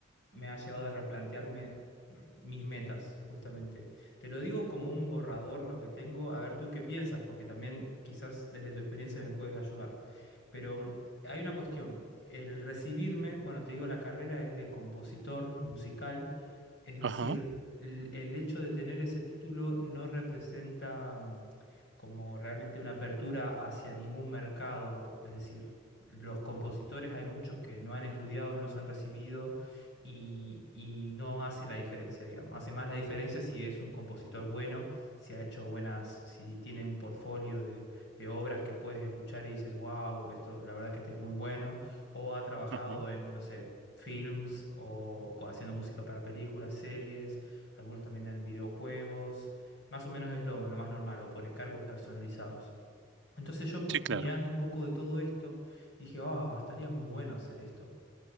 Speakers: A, on the left; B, on the right.
A: me ha llevado a replantearme mis metas, justamente. Te lo digo como un borrador lo que tengo, a ver tú qué piensas, porque también quizás desde tu experiencia me puedes ayudar. Pero mm, hay una cuestión. El recibirme, bueno, te digo, la carrera es de compositor musical, es decir,
B: Ajá,
A: el, el hecho de tener ese título no representa mm, como realmente una apertura hacia ningún mercado, es decir, los compositores hay muchos que no han estudiado, no se han recibido y, y no hace la diferencia, digamos. Hace más la diferencia si es un compositor bueno, si ha hecho buenas, si tiene un portfolio de, de obras que puedes escuchar y dices, wow, esto la verdad que este es muy bueno, o ha trabajado
B: ajá.
A: en, no sé, films o co- haciendo música para películas, series, algunos también en videojuegos. Más o menos es lo, lo más normal, o por encargos personalizados. Entonces yo
B: Sí, claro.
A: mirando un poco de todo esto, dije, ah, estaría muy bueno hacer esto